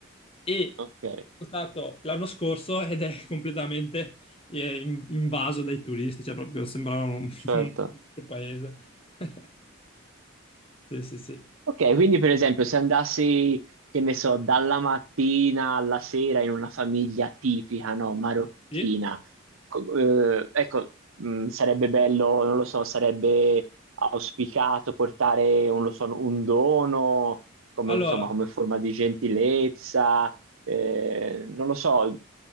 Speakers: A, on the left; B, on the right.
A: e
B: Ok,
A: sono stato l'anno scorso ed è completamente eh, in- invaso dai turisti, cioè proprio sembrava un, <laughs>
B: certo.
A: un altro paese. <laughs> Sì, sì, sì.
B: Ok, quindi per esempio se andassi, che ne so, dalla mattina alla sera in una famiglia tipica, no, marocchina,
A: Sì?
B: co- eh, ecco, mh, sarebbe bello, non lo so, sarebbe auspicato portare, non lo so, un dono, come,
A: Allora,
B: insomma, come forma di gentilezza, eh, non lo so,